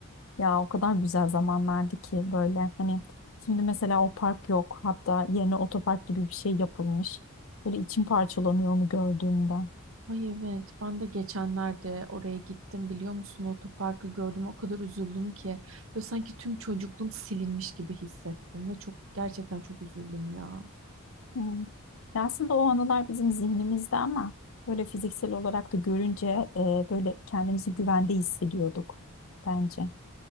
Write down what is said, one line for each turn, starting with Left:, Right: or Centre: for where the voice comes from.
Left: Ya o kadar güzel zamanlardı ki böyle hani şimdi mesela o park yok. Hatta yerine otopark gibi bir şey yapılmış. Böyle içim parçalanıyor onu gördüğümde.
Right: Ay evet ben de geçenlerde oraya gittim biliyor musun? Otoparkı gördüm o kadar üzüldüm ki. Böyle sanki tüm çocukluğum silinmiş gibi hissettim ve çok gerçekten çok üzüldüm ya.
Left: Hmm. Ya Aslında o anılar bizim zihnimizde ama böyle fiziksel olarak da görünce e, böyle kendimizi güvende hissediyorduk bence.